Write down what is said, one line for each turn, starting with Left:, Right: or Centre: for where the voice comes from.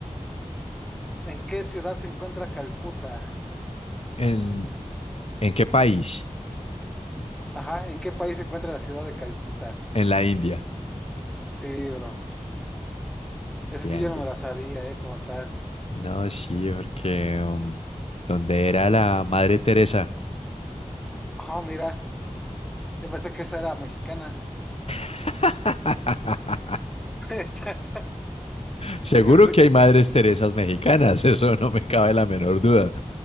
Centre: en qué ciudad se encuentra Calcuta?
Left: ¿En, en qué país?
Centre: Ajá, ¿en qué país se encuentra la ciudad de Calcuta?
Left: En la India.
Centre: Sí, bro. Ese
Left: Bien,
Centre: sí yo no
Left: bien.
Centre: me la sabía, eh, como tal.
Left: No, sí, porque um, ¿dónde era la Madre Teresa?
Centre: Ah, mira, yo pensé que esa era mexicana.
Left: <laughs>
Centre: <laughs>
Left: Seguro
Centre: Porque pensé,
Left: que hay Madres Teresas mexicanas, <laughs> eso no me cabe la menor duda.